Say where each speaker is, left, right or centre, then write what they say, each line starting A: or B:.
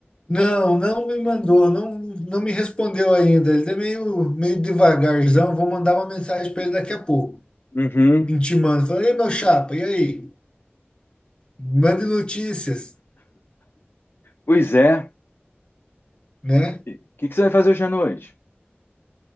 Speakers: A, on the left; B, on the left.
A: Não, não me mandou, não, não me respondeu ainda. Ele é meio, meio devagarzão. Vou mandar uma mensagem para ele daqui a pouco,
B: Uhum.
A: intimando. Falando, ei, meu chapa, e aí? Mande notícias,
B: Pois é.
A: né?
B: O que que você vai fazer hoje à noite?